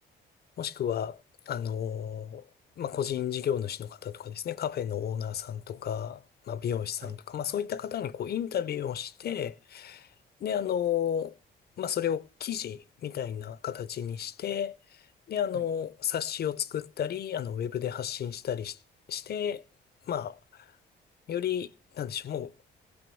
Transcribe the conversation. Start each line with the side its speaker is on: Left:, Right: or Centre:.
Left: もしくは、あの、まあ、個人事業主の方とかですね、カフェのオーナーさんとか、まあ、美容師さんとか、
Right: はい、
Left: まあ、そういった方にこう、インタビューをして、で、あの、まあ、それを記事みたいな形にして、で、あの、
Right: はい、
Left: 冊子を作ったり、あの、ウェブで発信したりし、して、まあ、より、なんでしょう、も